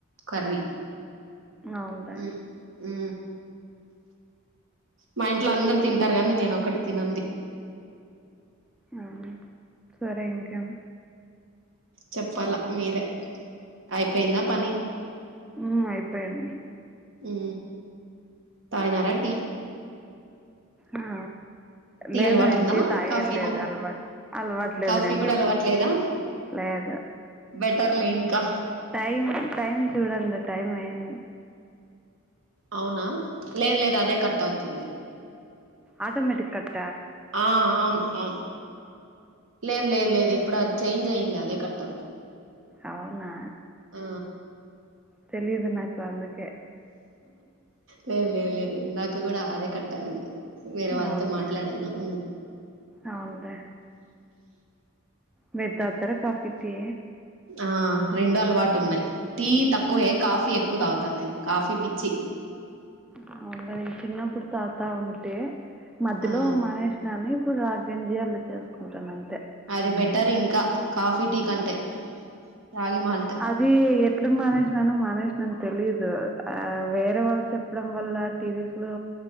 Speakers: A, on the right (about 65°); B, in the centre.
A: కర్రీ
B: అవునులే
A: ఉ ఉ మా ఇంట్లో అందరు తింటారు కానీ నేనుొక్కటి తినదీ
B: అవునా సరే ఇంకేం
A: చెప్పాలా మీరే అయిపోయిందా పని
B: ఉ అయిపోయిదీ
A: ఉ తగినరా టీ
B: అ
A: టీ
B: లేదునంటి
A: అలవాటు ఉందా
B: తాగ
A: కాఫీనా
B: లేదు అలవాటు అలవాటులేదు
A: కాఫీ
B: రెండు
A: కూడా అలవాట్లేదా
B: లేదు
A: బెటర్లే ఇంకా
B: టైం టైం చూడండి టైం ఏం
A: అవునా లేదు లేదు అదే కట్ అవుతుంది
B: ఆటోమేటిక్ కట్
A: ఆ అవును అవును లేదు లేదు లేదు ఇప్పుడు అది చేంజ్ అయింది అదే కట్ ఆవు
B: అవునా
A: ఆ
B: తెలిదు నాకూ అందుకే
A: లేదు లేదు లేదు ఇందాక కూడా అదే కట్ట అయింది వేరే వాళ్ళతో
B: అవునులే
A: మాట్లాడాను ఉ
B: అవునులే మీరు తాగుతారా కాఫీ టీ
A: ఆ రెండో అలవాటు ఉన్నాయి టీ తక్కువే కాఫీ ఎక్కువ తాగు తను నేను కాఫీ పిచ్చి
B: అవునా నేను చిన్నప్పుడు తాగుతా ఉంటే మధ్యలో
A: ఆ
B: మానేసినాను ఇప్పుడు రాగి గంజీలు చేసుకుంటాను అంతే
A: అది బెటర్ ఇంకా కాఫీ టీ కంటే రాగి మాల్ట్
B: అది ఎట్లు మానేసినాను మానేసినను తెలీదు ఆ వేరే వాళ్ళు చెప్ప చెప్పడం వల్ల టీవీస్ లో